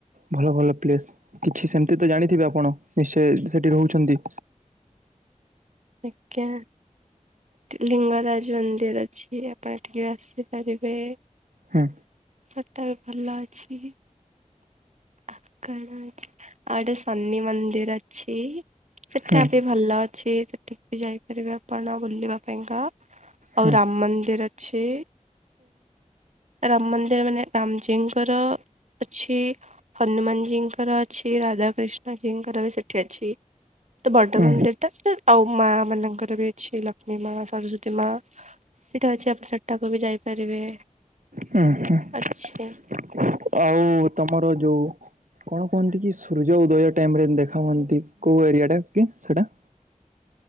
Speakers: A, on the right; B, on the right.
A: ଭଲ ଭଲ ପ୍ଲେସ୍‌ କିଛି ସେମତି ତ ଜାଣିଥିବେ ଆପଣ ନିଶ୍ଚୟ ସେଠି ରହୁଛନ୍ତି।
B: ଆଜ୍ଞା। ଲିଙ୍ଗରାଜ ମନ୍ଦିର ଅଛି। ଆପଣ ଏଠିକେ ଆସିପାରିବେ।
A: ହୁଁ।
B: ଫଟା ବି ଭଲ ଅଛି। ଆଉ କଣ ଅ ଆଉ ଗୋଟେ ସନି ମନ୍ଦିର ଅଛି। ସେଟା
A: ହୁଁ
B: ବି ଭଲ ଅଛି। ସେଠିକି ବି ଯାଇପାରିବେ ଆପଣ ବୁଲିବା ପାଇଁକା।
A: ହୁଁ
B: ଆଉ ରାମ ମନ୍ଦିର ଅଛି ରାମ ମନ୍ଦିର ମାନେ ରାମଜୀଙ୍କର ଅଛି ହନୁମାନ ଜୀଙ୍କର ଅଛି। ରାଧା କୃିଷ୍ଣ ଜୀଙ୍କର ବି ସେ ଠି ଅଛି। ତ ବର୍ଟମାନ
A: ହୁଁ
B: ଲେଟା ଆଉ ମା ମାନଙ୍କର ବି ଅଛି ଲକ୍ଷ୍ମୀ ମା ସରସ୍ଵତୀ ମା। ସେଇଟା ଅଛି ଆପଣ ସେଟାକୁ ବି ଯାଇପାରିବେ?
A: ହୁଁ ହୁଁ
B: ଅଛି
A: ଆଉ ତମର ଯୋଉ କଣ କୁହନ୍ତି କି ସୂର୍ଯ୍ୟ ଉଦୟ ଟାଇମ୍ ରେ ଦେଖା ହୁଅନ୍ତି। କୋଉ ଏରିଆ ଟା କି ସେଟା?